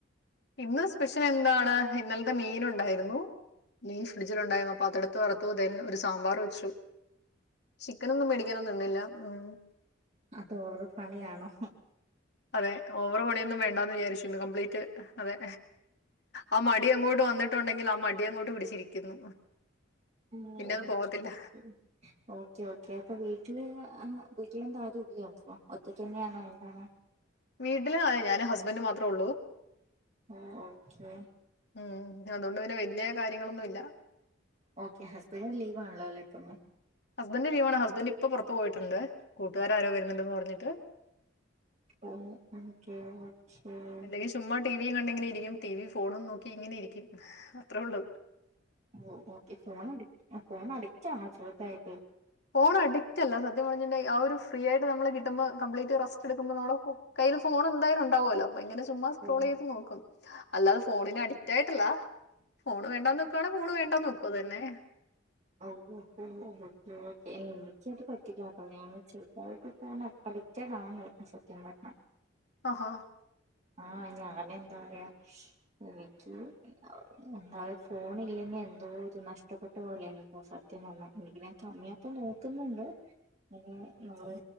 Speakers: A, on the left; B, on the right.
A: ഇന്ന് സ്പെഷ്യൽ എന്താണ് ഇന്നലത്തെ മീൻ ഉണ്ടായിരുന്നു മീൻ ഫ്രിഡ്ജിൽണ്ടായിരുന്നു അപ്പൊ അതടുത്ത് വറുത്തു ദെൻ ഒരു സാമ്പാർ വെച്ചു ചിക്കനൊന്നും മേടിക്കാനൊന്നും നിന്നില്ല ഉ
B: അത് ഓവർ പണിയാണോ
A: അതെ ഓവർ പണി, യൊന്നും വേണ്ടാന്ന് വിചാരിച്ചിന്ന് ഇന്ന് കംപ്ലീറ്റ് അതെ ആ മടി അങ്ങോട്ട് വന്നിട്ടുണ്ടെങ്കിൽ ആ മടി അങ്ങോട്ട് പിടിച്ചിരിക്കുന്നു
B: ഓ <unintelligible>
A: പിന്നെ അത് പോകത്തില്ല
B: ഓക്കെ ഓക്കെ അപ്പൊ വീട്ടില് ആ വീട്ടിലെന്താ ആരും ഇല്ല പ്പ ഒറ്റക്കന്നെണോ എന്താണ്
A: വീട്ടിലാണ് ഞാനും ഹസ് ബെൻഡും മാത്രേള്ളൂ
B: ഓഹ് ഓക്കെ
A: മ് അതോണ്ട് പിന്നെവല്യ കാര്യങ്ങളൊന്നുംല്ല
B: ഓക്കെ ഹസ്ബൻഡന്റെ ലീവ് ആണല്ലോ പ്പം ഇന്ന്
A: ഹസ്ബന് ലീവാണ് ഹസ്ബൻറ് ഇപ്പൊ പുറത്ത്പോയിട്ടുണ്ട് കൂട്ടുകാര ആരോ വരുന്നുണ്ട്ന്ന് പറഞ്ഞിട്ട്
B: ഓ ഓക്കെ ഓക്കെ
A: അല്ലെങ്കിൽ ചുമ്മാ ടിവിയും കണ്ട ഇങ്ങനെ ഇരിക്കും ടി വി ഫോണും നോക്കി ഇങ്ങനെ ഇരിക്കും അത്രേ ഉള്ളൂ
B: ഓ ഓക്കെ ഫോൺ ഫോൺ അടക്റ്റ്ണോ ചോർത്തായിട്ട്
A: ഫോൺ അഡിക്റ്റല്ല സ സത്യം പറന്നിട്ടുണ്ടങ്കിൽ ആ ഒരു ഫീ റിആയിട്ട് നമ്മ കിട്ടുമ്പോ കംപ്ീറ്റ് റസ്റ്റ് എടുക്കുമോ നമ്മ കയിൽ ഫോൺ എന്തായാലുംണ്ടാവുല്ലോ അപ്പ ഇങ്ങനെ ചുമ്മാ സ്ക്രോൾ
B: ഉം
A: ചെയ്ത് നോക്കും അല്ലാതെഫോണിന് അഡി റ്റായിട്ടില്ല ഫോണ് വേണ്ടാ ന്ന്ക്കുവാണേ ഫോൺ വേണ്ടാ ന്ന് വെക്കും അത്‌തന്നെ
B: ഓ ഓ ഓ ഓ എനിക്കത് പറ്റില്ല ട്ടോ ഞാൻ ചെറുതായിട്ട് ഫോൺ അ ഡിറ്റ ടാണ് അ സത്യംപറഞ്ഞാ
A: അ ഹാ
B: ആ ഞാന എന്താ പറയാഎനിക്ക് ന്താഫോണി ല്ലെങ്കി എ ന്തോ രു നഷ്ടപ്പെട്ട പോലെണ് പ്പ സത്യം പറഞ്ഞാഎനിക്ക് ഞാൻ കമ്മിയാക്ക നോക്കുന്നുണ്ട് അങ്ങനെ നമ്മള്